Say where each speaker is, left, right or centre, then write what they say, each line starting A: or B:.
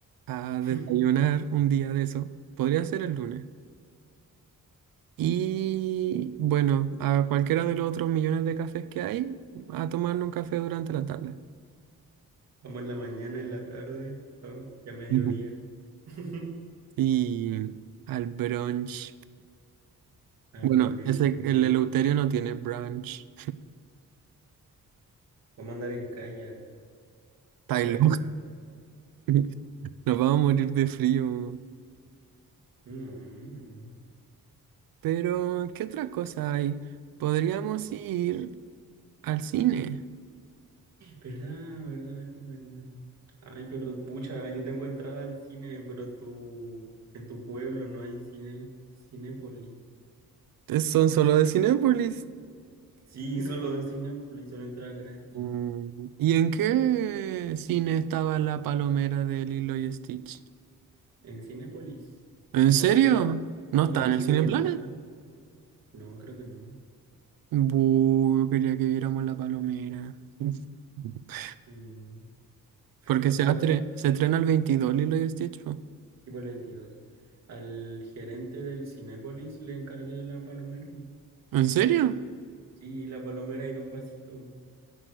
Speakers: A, on the right; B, on the right.
A: a
B: <laughs>
A: desayunar un día de eso. Podría ser el lunes. Y bueno, a cualquiera de los otros millones de cafés que hay, a tomarnos un café durante la tarde.
B: Vamos en la mañana, en la tarde, ¿no? Ya mediodía.
A: Ujú.
B: <laughs>
A: Y al brunch.
B: Al
A: Bueno,
B: brujo.
A: ese, el Eleuterio no tiene brunch.
B: Vamos a andar en kayak
A: Pailo.
B: con el frío.
A: <laughs> Nos vamos a morir de frío.
B: Mm.
A: Pero, ¿qué otra cosa hay? Podríamos ir al cine.
B: ¿Verdad, verdad, verdad, verdad? Ay, pero pucha, yo tengo entrada al cine, pero en tu, en tu pueblo no hay cine, Cinépolis.
A: Es- Son solo de Cinépolis.
B: Sí, <laughs> solo de Cinépolis son entradas gratis.
A: Mm, ¿Y en qué cine estaba la palomera de Lilo y Stitch?
B: En Cinépolis.
A: ¿En
B: En
A: serio?
B: Cinemar.
A: ¿No
B: Sí,
A: está
B: en
A: en el
B: Cinemar.
A: Sí. Cineplanet?
B: No, creo que no.
A: Buh, yo quería que viéramos la palomera. <laughs>
B: Mm,
A: Porque
B: O
A: se,
B: sea,
A: atre
B: mira,
A: se estrena el veintidós Lilo y Stitch. po.
B: tipo el 22. Al gerente del Cinépolis le encargué la palomera.
A: ¿En serio?
B: Sí, la palomera y dos vasitos.